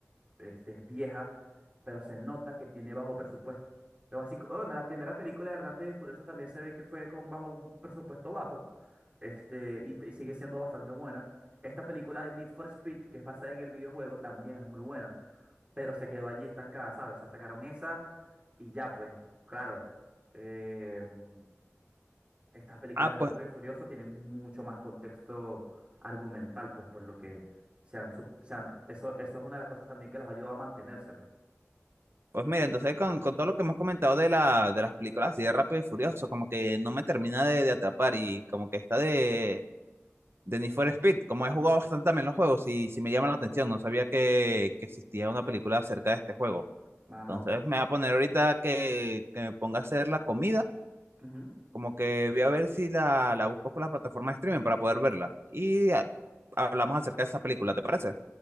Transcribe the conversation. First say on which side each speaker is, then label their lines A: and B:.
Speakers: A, on the right; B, on the right.
A: este, es vieja, pero se nota que tiene bajo presupuesto. Luego, así, co- bueno, la primera película de Rápido y Furioso también se ve que fue con bajo un presupuesto bajo, este, y, t- y sigue siendo bastante buena. Esta película de Need for Speed, que es basada en el videojuego, también es muy buena, pero se quedó allí estancada, ¿sabes? O sea, sacaron esa y ya, pues, claro. em, estas películas
B: Ah,
A: de Rápido
B: pues
A: y Furioso tienen mucho más contexto argumental, pues, por lo que se han, sub- se han- eso, eso es una de las cosas también que los ayuda a mantenerse, pues.
B: Pues mira, entonces con, con todo lo que hemos comentado de, la, de las películas así de Rápido y Furioso, como que no me termina de, de atrapar y como que esta de, de Need for Speed, como he jugado bastante también los juegos y si me llama la atención, no sabía que, que existía una película acerca de este juego.
A: Mano.
B: Entonces me va a poner ahorita que, que me ponga a hacer la comida,
A: ujú.
B: como que voy a ver si la, la busco por la plataforma de streaming para poder verla. Y a- hablamos acerca de esa película, ¿te parece?